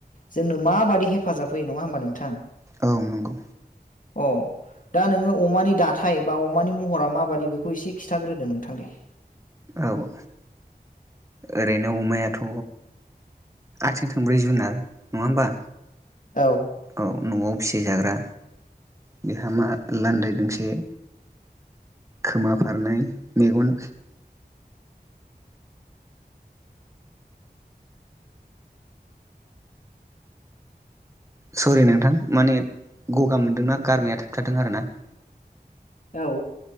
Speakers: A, on the left; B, on the right.
A: जोंनो माबादि हेफाजाब होयो नङा होमबा नोंथां?
B: औ नंगौ।
A: अ। दा नोङो अमानि दाथाय बा अमानि महरा माबादि बेखौ एसे खिथाग्रोदो नोंथां दे।
B: औ ओरैनो अमायाथ' आथिं थांब्रै जुनार नङा होमबा?
A: औ
B: औ न'आव फिसि जाग्रा बेहा मा लान्दाय दोंसे खोमा फारनाय मेगन सरि नोंथां माने गगा मोन्दोंना गारमाया थाबथारादों आर ना।
A: औ।